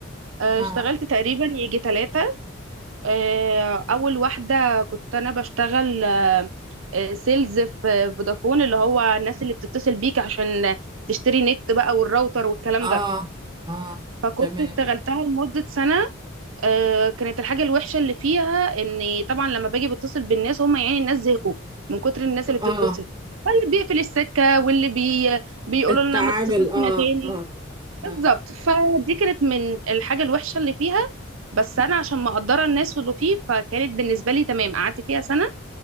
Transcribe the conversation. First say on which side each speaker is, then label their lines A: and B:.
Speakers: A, on the right; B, on the right.
A: آه،
B: اه
A: اشتغلت تقريبا يجي ثلاثه آه، اول واحده كنت انا بشتغل آه، آه، سيلز في فودافون اللي هو الناس اللي بتتصل بيك عشان تشتري نت بقى والراوتر والكلام
B: اه
A: ده
B: اه
A: فكنت
B: تمام
A: اشتغلتها لمدة سنة آه، كانت الحاجة الوحشة اللي فيها ان طبعا لما باجي بتصل بالناس هم يعني الناس زهقوا من كتر الناس اللي بتتصل
B: اه
A: فاللي بيقفل السكة واللي بي... بيقولوا
B: التعامل
A: لنا ما تتصلوش
B: اه
A: هنا تاني
B: اه اه
A: بالظبط فدي كانت من الحاجة الوحشة اللي فيها بس أنا عشان مقدرة الناس واللي فيه فكانت بالنسبة لي تمام قعدت فيها سنة